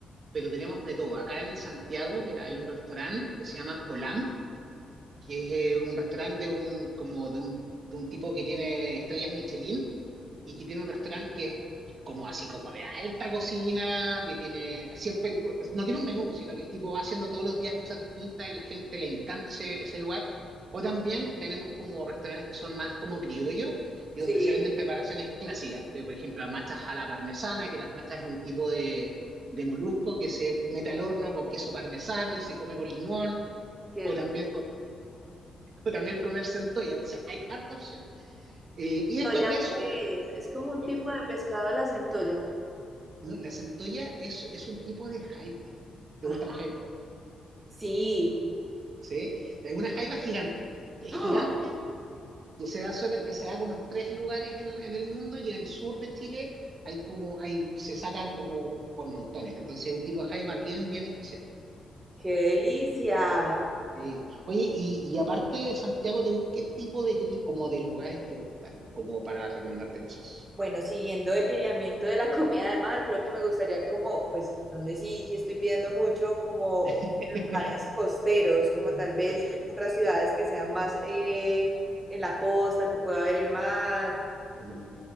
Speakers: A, on the right; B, on the right.
A: pero tenemos de todo. Acá en Santiago, mira, hay un restaurante que se llama Olam, que es eh, un restaurante de un, como de un, de un tipo que tiene estrellas Michelin y que tiene un restaurante que es como así, como de alta cocina, que tiene siempre, no tiene un menú, sino que el tipo va haciendo todos los días cosas distintas y la gente le encanta ese, ese lugar. O también tenemos como restaurantes que son más como criollos y
B: Sí,
A: donde se venden preparaciones clásicas, que por ejemplo las machas a la parmesana, que las machas es un tipo de, de molusco que se mete al horno con queso parmesano y se come con limón.
B: qué
A: O
B: rico.
A: también o también comer centolla. Entonces hay harta opción. Eh, y después
B: ¿Centolla
A: de eso,
B: qué es? Es como un
A: cuéntame,
B: tipo de pescado la centolla.
A: ¿no? la centolla es, es un tipo de jaiba. ¿Te
B: Ah,
A: gusta la jaiba?
B: sí.
A: Sí. Es una jaiba gigante. que Es
B: ¡Ah!
A: gigante, que se da, sola- que se da como en tres lugares en, en el mundo y en el sur de Chile hay como, hay, se sacan como por montones. Entonces es un tipo de jaiba bien, bien especial.
B: ¡Qué delicia!
A: Sí. Oye, y, y aparte de Santiago, ¿te gust- ¿qué tipo de, cli- como de lugares te gustan? Como para recomendarte cosas.
B: Bueno, siguiendo el lineamiento de la comida de mar, creo que me gustaría como, pues, no sé si, si estoy pidiendo mucho, como
A: <laughs>
B: lugares costeros, como tal vez
A: Perfecto.
B: otras ciudades que sean más eh, en la costa, que pueda ver el mar.
A: Ujú.